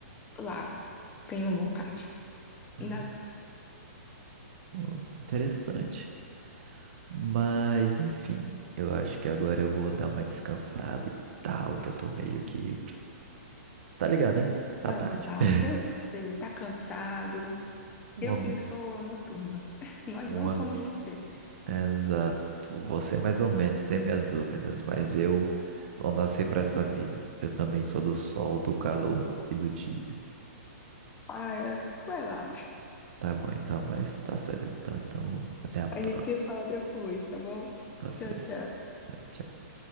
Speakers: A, on the left (about 15°); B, on the right (about 50°).
A: lá, tenho vontade.
B: Ah,
A: Ainda vou.
B: pô, interessante. Mas, enfim, eu acho que agora eu vou dar uma descansada e tal, que eu tô meio que. Tá ligado, né? Tá
A: Vai
B: tarde.
A: lá.
B: <laughs>
A: Eu sei, tá cansado.
B: Um
A: Eu
B: homem,
A: que sou noturna. <laughs> Nós
B: um
A: não
B: homem.
A: somos morcegos.
B: Exato. Você é mais ou menos tem minhas dúvidas, mas eu não nasci pra essa vida. Eu também sou do sol, do calor e do dia.
A: Ah, é, vai lá.
B: Tá bom, então, mas tá certo então. Então, até a próxima.
A: A gente se fala depois, tá bom?
B: Tá certo.
A: Tchau, tchau.
B: Tá, Tchau.